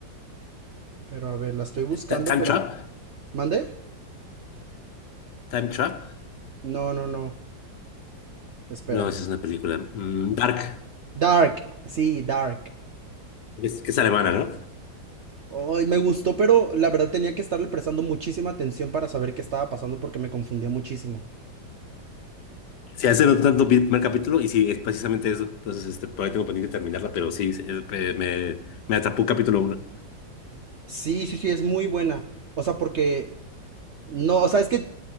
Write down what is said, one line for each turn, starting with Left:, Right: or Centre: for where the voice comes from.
Right: Pero a ver, la estoy buscando,
Left: Ta- ¿Time
Right: pero...
Left: Trap?
Right: ¿Mandé?
Left: ¿Time Trap?
Right: No, no, no. Espera.
Left: No, esa es una película. Mm, Dark.
Right: Dark. Sí, Dark.
Left: Es, es alemana, ¿no?
Right: Ay, me gustó, pero la verdad tenía que estarle prestando muchísima atención para saber qué estaba pasando porque me confundía muchísimo.
Left: Sí, hace no tanto vi el primer capítulo y sí, es precisamente eso. Entonces, este, por ahí tengo pendiente de terminarla, pero sí, sí, eh, eh, me, me atrapó capítulo uno.
Right: Sí, sí, sí, es muy buena. O sea, porque No, o sea, es que